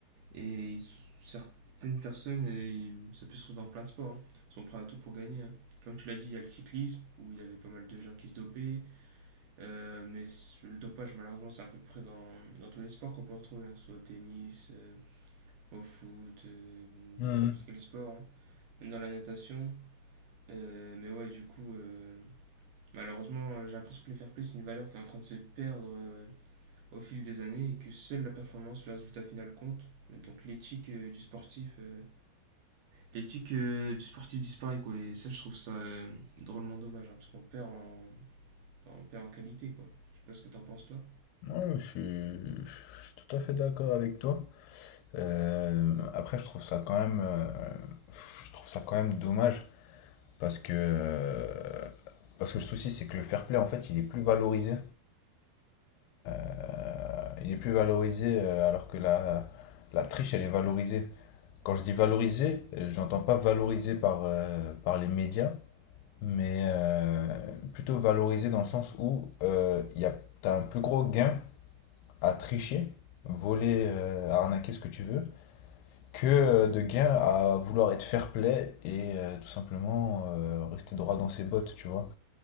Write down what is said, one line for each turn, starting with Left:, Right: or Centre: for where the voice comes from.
Right: Et certaines personnes, euh, ça peut se trouver dans plein de sports, hein, sont prêts à tout pour gagner. hein. Comme tu l'as dit, il y a le cyclisme, où il y avait pas mal de gens qui se dopaient. euh, mais le dopage, malheureusement, c'est à peu près dans, dans tous les sports qu'on peut retrouver, hein, que ce soit au tennis, euh, au foot, euh,
Left: Hmm.
Right: dans n'importe quel sport, hein, même dans la natation. Euh, mais ouais, du coup, euh, malheureusement, euh, j'ai l'impression que le fair play, c'est une valeur qui est en train de se perdre. euh, au fil des années et que seule la performance, le résultat final compte. Donc l'éthique euh, du sportif, euh, l'éthique euh, du sportif disparaît quoi. Et ça, je trouve ça euh, drôlement dommage hein, parce qu'on perd en, on perd en qualité quoi. Je sais pas ce que t'en penses toi.
Left: Ouais, je suis, je suis tout à fait d'accord avec toi. Euh, après, je trouve ça quand même, euh, je trouve ça quand même dommage parce que, euh, parce que le souci, c'est que le fair play, en fait, il est plus valorisé. Euh, il est plus valorisé euh, alors que la, la triche, elle est valorisée. Quand je dis valoriser, euh, j'entends pas valoriser par, euh, par les médias, mais euh, plutôt valoriser dans le sens où euh, y a, t'as un plus gros gain à tricher, voler, euh, arnaquer ce que tu veux, que euh, de gain à vouloir être fair play et euh, tout simplement euh, rester droit dans ses bottes, tu vois.